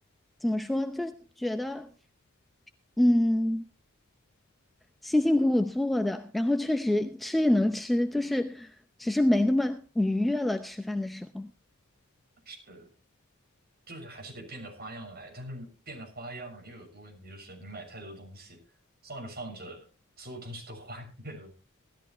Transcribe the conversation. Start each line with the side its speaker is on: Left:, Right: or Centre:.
Centre: 怎么说，就是觉得嗯。辛辛苦苦做的，然后确实吃也能吃，就是只是没那么愉悦了。吃饭的时候，
Right: 是。就是还是得变着花样来，但是变着花样又有个问题，就是你买太多东西，放着放着，所有东西都坏了。